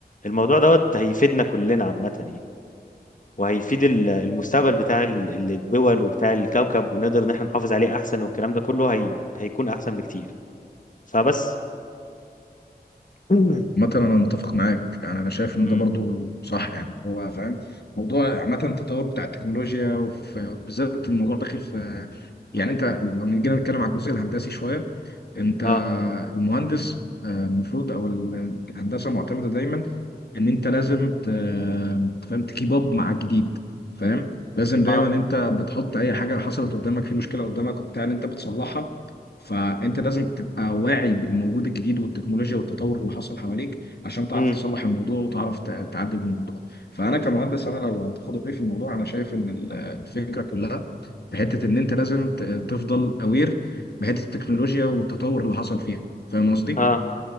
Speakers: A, on the left (about 50°); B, on the left (about 70°).
A: الموضوع دوت هيفيدنا كلنا عامة يعني وهيفيد ال- المستقبل بتاع ال- ال- الدول وبتاع الكوكب ونقدر ان احنا نحافظ عليه احسن والكلام ده كله هي... هيكون احسن بكتير فبس <clears throat>
B: مثلا انا متفق معاك يعني انا شايف ان
A: مم.
B: ده برضو صح يعني هو فاهم موضوع عامه التطور بتاع التكنولوجيا وبالذات الموضوع داخل في يعني انت لو جينا نتكلم على الجزء الهندسي شويه انت
A: اه
B: المهندس آه، المفروض او الهندسه معتمده دايما ان انت لازم ت- تفهم تكيب اب مع الجديد فاهم لازم دايما
A: اه
B: انت بتحط اي حاجه حصلت قدامك في مشكله قدامك وبتاع ان انت بتصلحها فانت لازم تبقى واعي بالموجود الجديد والتكنولوجيا والتطور اللي حصل حواليك عشان تعرف
A: مم.
B: تصلح الموضوع وتعرف ت- تعدي من الموضوع فانا كمهندس انا لو هتاخد رأيي في الموضوع انا شايف ان ال- الفكره كلها في حته ان انت لازم ت- تفضل اوير بحته التكنولوجيا والتطور اللي حصل فيها فاهم قصدي؟
A: اه